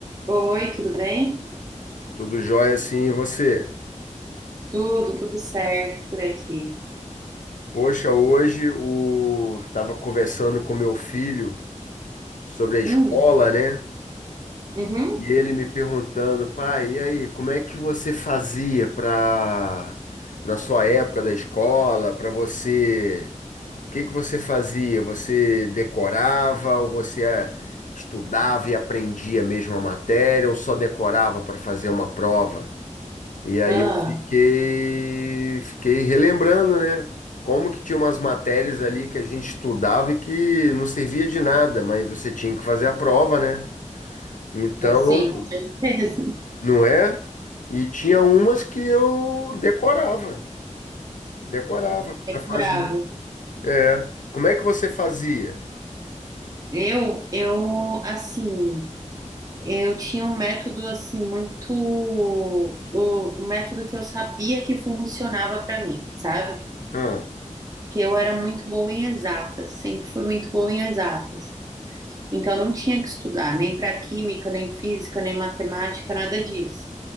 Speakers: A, on the right; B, on the left.
A: Oi, tudo bem?
B: Tudo jóia assim, e você?
A: Tudo, tudo certo por aqui.
B: Poxa, hoje o tava conversando com meu filho sobre a escola,
A: Hum,
B: né?
A: uhum.
B: E ele me perguntando, pai, e aí, como é que você fazia para na sua época da escola, para você, o que que você fazia? Você decorava ou você eh, estudava e aprendia mesmo a matéria ou só decorava para fazer uma prova? E aí
A: Ah,
B: eu fiquei, fiquei relembrando, né? Como que tinha umas matérias ali que a gente estudava e que não servia de nada, mas você tinha que fazer a prova, né? Então,
A: assim, com certeza, <laughs>
B: não é? E tinha umas que eu decorava, decorava para fazer.
A: memorável.
B: É. Como é que você fazia?
A: Eu, eu, assim, eu tinha um método, assim, muito... O, o método que eu sabia que funcionava para mim, sabe?
B: Ah,
A: Que eu era muito boa em exatas, sempre fui muito boa em exatas. Então, eu não tinha que estudar nem para química, nem física, nem matemática, nada disso.